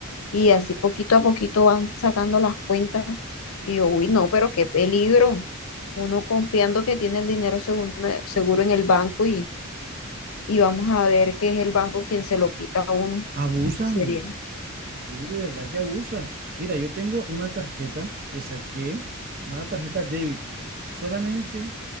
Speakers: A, on the left (about 75°); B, on the right (about 45°).
A: y así poquito a poquito van sacando las cuentas. Y yo, uy, no, pero qué peligro. Uno confiando que tiene el dinero seguro, seguro en el banco y, y vamos a ver que es el banco quien se lo quita a uno.
B: Abusan.
A: Sería
B: Sí, de verdad que abusan. Mira, yo tengo una tarjeta que saqué, una tarjeta débito. Solamente